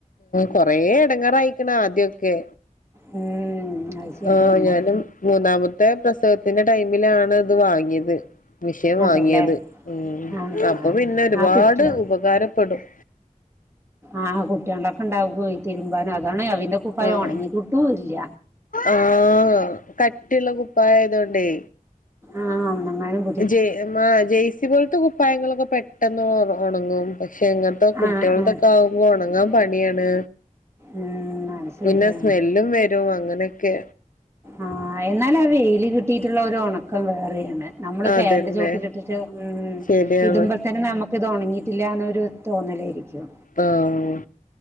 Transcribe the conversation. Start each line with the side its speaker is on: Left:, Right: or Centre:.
Left: കൊറേ ഇടങ്കാർയിക്കണ് ആദ്യാക്കെ
Right: ഉം അത് ശരിയാണ്
Left: ആഹ് ഞാനും മൂന്നാമത്തെ പ്രസവത്തിന്റെ ടൈമിലാണ് ഇത് വാങ്ങിയത് മിഷൻവാങ്ങിയത്
Right: അതെല്ലേ
Left: ഉം
Right: ആഹ്
Left: അപ്പൊ പിന്നെ ഒരുപാട്
Right: ആ കുട്ടികൾ
Left: ഉപകാരപ്പെടും
Right: ആഹ് കുട്ടികളൊക്കെ ഇണ്ടാവകോയി തിരുമ്പാനും അതാണ് അവന്റെ കുപ്പായ
Left: ആഹ്
Right: ഉണങ്ങിക്കിട്ടുല്ല
Left: ആഹ് കട്ടിള്ള കുപ്പായായ തോണ്ടേ
Right: ആഹ് ഒണങ്ങാനും
Left: ജെയ ജെയ്സി പോലത്തെ കുപ്പായങ്ങളൊക്കെ പെട്ടെന്ന് ഉണങ്ങും പക്ഷെ എങ്ങനത്തെ കുട്ടികളുടെക്കെ
Right: ആ ആ
Left: ആകുമ്പോ ഉണങ്ങാൻ പണിയാണ്
Right: ഉം, അത് ശരിയാണ്
Left: പിന്നെ സ്മെല്ലും വരും അങ്ങനെയൊക്കെ
Right: ആഹ എന്നാല ആ വേയില് കിട്ടിയിട്ടുള്ള ഒരു ഉണക്കം വേറെയാണ് നമ്മള്
Left: അതന്നെ
Right: പേൻന്റെ ചോട്ടില ഇട്ടിട്ട് ഉം
Left: ശരിയാണ്
Right: ഇതമ്പോൾ തന്നെ നമുക്ക് ഒണങ്ങിയിട്ടില്ലന്നൊരും തോന്നലായിരിക്കും
Left: ആഹ്